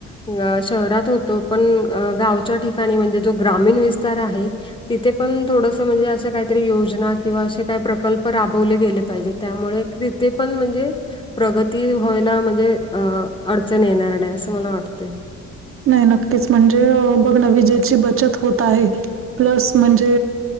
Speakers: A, on the left; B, on the right.
A: अ शहरात होतो पण गावच्या ठिकाणी म्हणजे जो ग्रामीण विस्तार आहे. तिथे पण थोडस म्हणजे असं काहीतरी योजना किंवा असे काय प्रकल्प राबवले गेले पाहिजे त्यामुळे तिथे पण म्हणजे प्रगती व्हायला म्हणजे अ अडचण येणार नाही. असं मला वाटतंय.
B: नाही नक्कीच म्हणजे बघ ना विजेची बचत होत आहे. प्लस म्हणजे